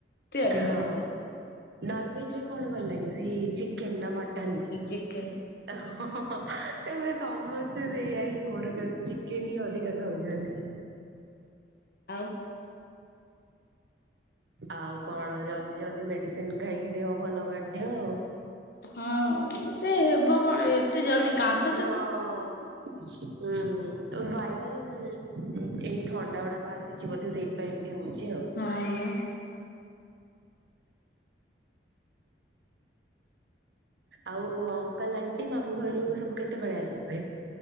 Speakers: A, on the left (about 55°); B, on the right (about 70°).
A: ତିଆରି
B: ହଁ
A: କରିବୁ
B: ନନ୍ ଭେଜ୍ ରେ କଣ ଭଲ ଲାଗେ ସେଇ ଚିକେନ ନା ମଟନ ବି?
A: ଚିକେନ୍।
B: ହଁ ହଁ ହଁ ଏବେ ସମସ୍ତେ ସେଇଆ ହିଁ କରୁଛନ୍ତି ଚିକେନ ହିଁ ଅଧିକା ଖାଉଛନ୍ତି।
A: ଆଉ
B: ଆଉ କଣ ଜଲ୍ଦି ଜଲ୍ଦି ମେଡିସିନ ଖାଇକି ଦେହ ଭଲ କରିଦିଅ।
A: ହଁ ସେ ହେବ କଣ ଏ ଏତେ ଜଲଦି କାଁସ୍
B: ହଁ ହୁଁ ଭାଇରାଲ ଏଇ ଥଣ୍ଡା ଗୁଡାକ ଆସିଛି ବୋଧେ ସେଇଥିପାଇଁ ଏମିତି ହଉଛି ଆଉ।
A: ହଁ ଆଜ୍ଞା
B: ଆଉ ଅଙ୍କଲ, ଆଣ୍ଟି ମାମୁଁ ଘରୁ ସବୁ କେତେବେଳେ ଆସିବେ?